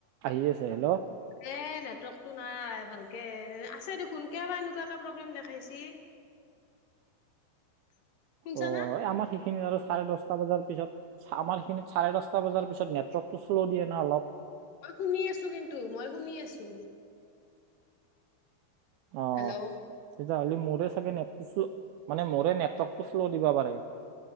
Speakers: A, on the right; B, on the left.
A: আহি আছে হেল্ল'
B: এ নেটৱৰ্কতটো নাই ভালকে আছে দে সোনকে বাাৰ এনেকুৱে প্ৰব্লেম দেখাইছি <unintelligible> শুনছা
A: অ
B: না?
A: আমাৰ শিক সিন আৰু চাৰে দহটা বজাৰ পিছত আমাৰ সেইখিনিত চাৰে দহটা বজাৰ পিছত নেটৱৰ্কটো শ্ল' দিয়ে না অলপ
B: মই শুনি আছো কিন্তু মই শুনি আছো
A: অ
B: হেল্ল'
A: তেতিয়াহ'লে মোৰে চাগে নেট্ল মানে মোৰে নেটৱৰ্কটো শ্ল' দিবা পাৰে